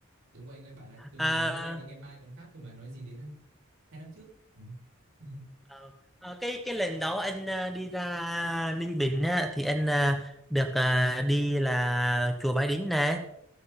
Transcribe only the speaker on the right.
Đúng rồi anh ơi, bảo là từ
ngày hôm nay đến ngày mai còn khác cơ mà nói gì đến ờ, hai năm trước. Ừ. <laughs>